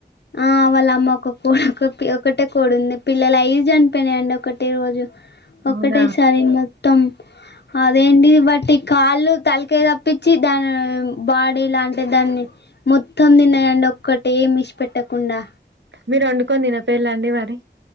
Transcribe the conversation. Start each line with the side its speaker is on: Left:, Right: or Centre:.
Left: ఆ వళ్లమ్మ ఒక కో ఒక ఒకటే కోడుంది పిల్లలు అయ్యి చనిపోయినాయండి ఒకటే రోజు ఒకటేసారి
Right: అవునా
Left: మొత్తం అదేంటి వాటి ఈ కాళ్ళు తలకాయ తప్పించి దాని బాడీ లాంటే దాన్ని మొత్తం తిన్నయండి ఒక్కటేమిశిపెట్టకుండా
Right: మీరండుకొని తినపోయిల్లండి మరి